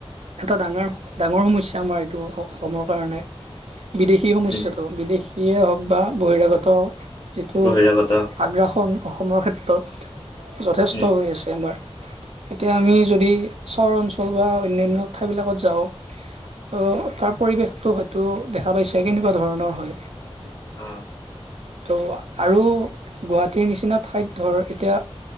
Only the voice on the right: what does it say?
এটা ডাঙৰ, ডাঙৰ সমস্যা আমাৰ এইটো অসমৰ কাৰণে বিদেশী সমস্যাটো,
বিদেশ ইয়ে হওক বা বহিৰাগত যিটো
আগ্ৰাসন অসমৰ ক্ষেত্ৰত। যথেষ্ট
হৈ আছে আমাৰ। এতিয়া আমি
যদি চহৰ অঞ্চল বা অন্যান্য ঠাই বিলাকত যাওঁ অ, তাৰ পৰিৱেশটো হয়তো দেখা পাইছে কেনেকুৱা ধৰণৰ হয়।
ত' আৰু গুৱাহাটীৰ নিচিনা ঠাইত ধৰ এতিয়া